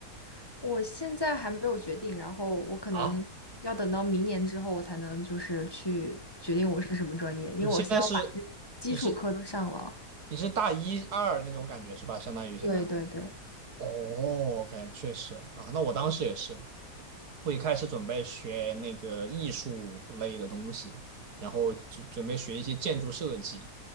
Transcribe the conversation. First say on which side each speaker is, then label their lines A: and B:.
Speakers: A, on the left (about 15°); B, on the right (about 70°).
A: <laughs> 我现在还没有决定，然后我可能要等到明年之后，
B: 啊，
A: 我才能就是去决定我是什么专业，因为我先要把这基础课都上了。
B: 你现在是你是你是大一二那种感觉是吧？相当于现在。
A: 对对对，
B: 哦，OK，确实啊，那我当时也是，我一开始准备学那个艺术类的东西，然后就准备学一些建筑设计，